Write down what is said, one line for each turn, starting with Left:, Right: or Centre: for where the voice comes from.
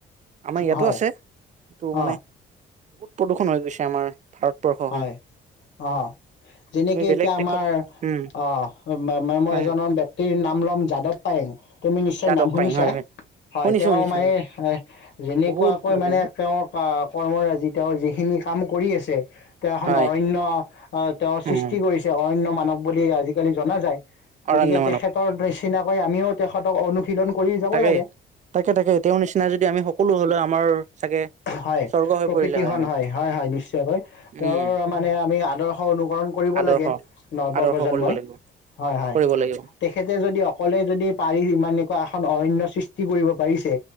Right: আমাৰ ইয়াতো
Left: হয়,
Right: আছে যিটো মানে
Left: অ',
Right: বহুত প্ৰদূষণ হৈ গৈছে আমাৰ ভাৰতবৰ্ষখন
Left: হয় অ যেনেকে
Right: তুমি বেলেগ
Left: এতিয়া
Right: দেশত
Left: আমাৰ
Right: উম
Left: অ মই
Right: হয়
Left: এজনৰ
Right: হয়
Left: ব্যক্তিৰ নাম লম যাদৱ পায়েং তুমি নিশ্চয়
Right: যাদৱ
Left: নাম শুনিছা
Right: পায়ং হয় হয়
Left: হয়
Right: শুনিছো
Left: তেওঁ
Right: শুনিছো
Left: মানে
Right: শুনিছো
Left: যেনেকুৱাকৈ
Right: বহুত লাগে
Left: মানে
Right: ন
Left: তেওঁ কৰ্মৰাজি তেওঁ যিখিনি কাম কৰি আছে তেওঁ এখন
Right: হয়
Left: অৰণ্য তেওঁ সৃষ্টি
Right: উম
Left: কৰিছে অৰণ্য মানৱ বুলি আজিকালি জনা যায়
Right: অৰণ্য
Left: গতিকে
Right: মানৱ
Left: তেখেতৰ নি চিনাকৈ আমিও তেখেতক অনুশীলন কৰি যাব
Right: তাকে
Left: লাগে
Right: তাকে তাকে তেওঁৰ নিচিনা যদি আমি সকলো হলে আমাৰ চাগে
Left: হয়
Right: স্বৰ্গ হৈ
Left: প্ৰকৃতিখন
Right: পৰিলে আমাৰ
Left: হয় হয় হয় নিশ্চয়কৈ তেওঁৰ
Right: উম
Left: মানে আমি আদৰ্শ অনুকৰ ণ কৰিব
Right: আদৰ্শ
Left: লাগে নৱ
Right: আদৰ্শ
Left: প্ৰজন্মই
Right: কৰিব লাগিব
Left: হয় হয়
Right: কৰিব লাগিব
Left: তেখেতে যদি অকলে যদি পাৰি ইমান এনেকুৱা এখন অৰণ্য সৃষ্টি কৰিব পাৰিছে